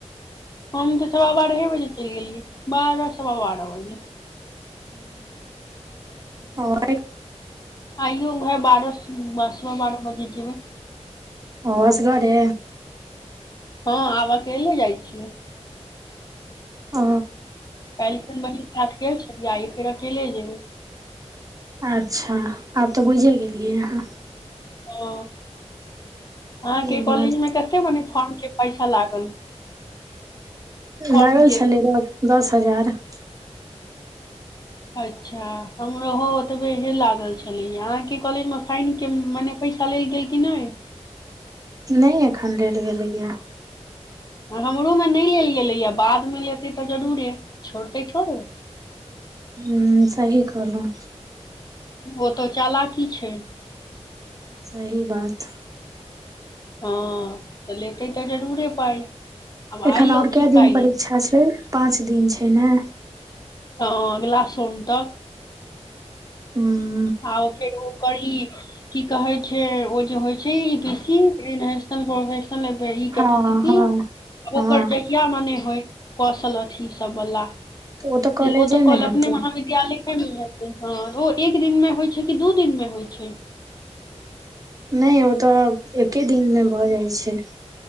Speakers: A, on the left; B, on the right.
A: हम त सवा बारहे बजे चलि गेलियै बारह सवा बारह बजे
B: ह <unintelligible> हँ <unintelligible> <unintelligible>
A: आइयो उए बारस सब में बारह बजे जेबै
B: ह असगरे
A: हँ आब अकेले जाइ छी
B: आ
A: काल्हि खिन बहीन साथ गेल छल आइ फेर अकेले जेबै
B: अच्छा आब त बुझे गेलियै हाँ
A: ओ अहाँके
B: से
A: कॉलेज
B: बात
A: मे कते मने फॉर्म के पैसा लागल फॉर्म
B: लागल
A: के
B: छलै द दस हजार
A: अच्छा हमर हो ओतबे हे लागल छलैय अहाँके कि कहलिय फाइन के मने पैसा लेल गेल की नहि
B: नहि अखन लेल गेलै ये
A: हमरो मे नहि लेल गेलैए बादमे लेतै त जरूरे छोड़तै थोड़े
B: हूं सही कहलौ
A: ओ तऽ चाला की छै
B: सही बात
A: हँ त लेते त जरूरे पाइ <unintelligible> आब
B: एखन
A: आइ लौ
B: और
A: कि
B: क
A: काल्हि
B: दिन परीक्षा छै पाँच दिन छै ने
A: ह अगिला सोम तक
B: हूँ <unintelligible>
A: आ फेर ओ करी की कहै छै ओ जे होइ छै इ पी सी नेशनल प्रोफेश ई
B: हँ
A: कैपेसिटी
B: हँ हँ
A: ओकर जहिया मने होइ कौशल अथि ई सब बला
B: तऽ तऽ कॉलेजे
A: ओ तऽ
B: मे
A: कहल
B: हेतै
A: अपने महाविद <unintelligible> ख्या लेखेमे हेतै हँ ओ एक दिन मे होइ छै कि दू दिन मे होइ छै
B: नहि ओ तऽ एके दिन मे भऽ जाइ छै